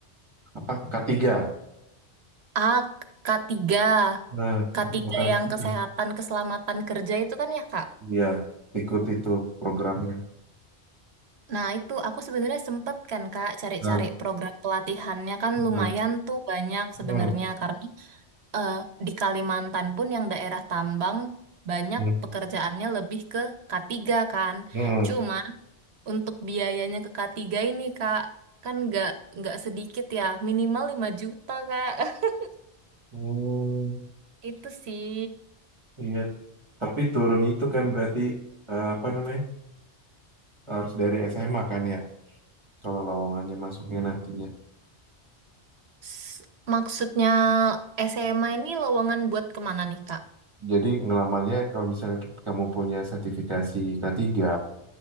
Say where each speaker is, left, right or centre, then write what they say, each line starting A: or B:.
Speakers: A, on the right; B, on the right.
A: apa ketiga
B: A, k tiga,
A: nah
B: k
A: kesempatan
B: tiga yang
A: itu.
B: kesehatan, keselamatan kerja itu kan ya Kak?
A: iya ikut itu programnya
B: Nah, itu aku sebenarnya sempet kan Kak cari-cari
A: nah,
B: program pelatihannya kan lumayan
A: nah.
B: tuh banyak sebenarnya
A: Hmm,
B: karena eh, di Kalimantan pun yang daerah tambang banyak
A: hmm,
B: pekerjaannya lebih ke k tiga kan.
A: hmm,
B: Cuma untuk biayanya ke k tiga ini Kak kan nggak nggak sedikit ya, minimal 5 juta Kak. <laughs>
A: hmm,
B: Itu sih
A: iya tapi turun itu kan berarti eh, apa namanya harus dari SMA kan ya kalau lowongannya masuknya nantinya
B: S- maksudnya SMA ini lowongan buat kemana nih Kak?
A: jadi ngelamarnya kalau misalnya kit- kamu punya sertifikasi k tiga